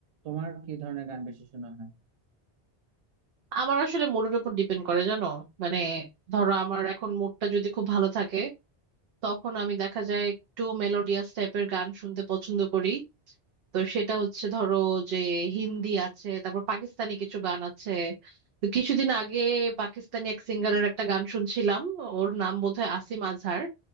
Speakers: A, on the right; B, on the right.
A: তোমার কি ধরনের গান বেশি শোনা হয়
B: আমার আসলে মুডের উপর ডিপেন্ড করে জানো মানে ধরো আমার এখন মুডটা যদি খুব ভালো থাকে তখন আমি দেখা যায় একটু মেলোডিয়াস টাইপের গান শুনতে পছন্দ করি তো সেটা হচ্ছে ধরো যে হিন্দি আছে তারপর পাকিস্তানি কিছু গান আছে তো কিছুদিন আগে পাকিস্তানি এক সিঙ্গারের একটা গান শুনছিলাম ওর নাম বোধহয় আসিম আজহার